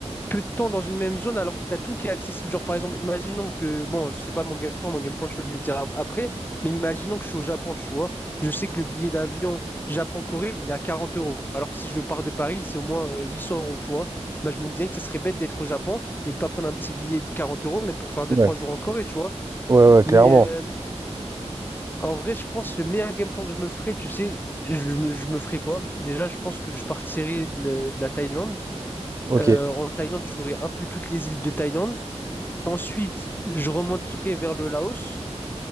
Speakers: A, on the left; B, on the right.
A: peu de temps dans une même zone alors que tu as tout qui est accessible. Genre, par exemple, imaginons que, bon, c'est pas mon game plan, mon game plan, je vais le dire ap- après, mais imaginons que je suis au Japon, tu vois. Je sais que le billet d'avion Japon-Corée, il est à 40 euros. Alors que si je pars de Paris, c'est au moins euh, 800 euros, tu vois. Bah, je me dirais que ça serait bête d'être au Japon et de pas prendre un petit billet de 40 euros, même pour faire deux
B: Ouais.
A: trois jours en Corée, tu vois.
B: Ouais, ouais, clairement.
A: Mais euh, en vrai, je pense que le meilleur game plan que je me ferais, tu sais, je me, je me ferais quoi? Déjà, je pense que je partirais de, de la Thaïlande.
B: Ok.
A: Euh, en Thaïlande, je ferais un peu toutes les îles de Thaïlande. Ensuite, je remonterai vers le Laos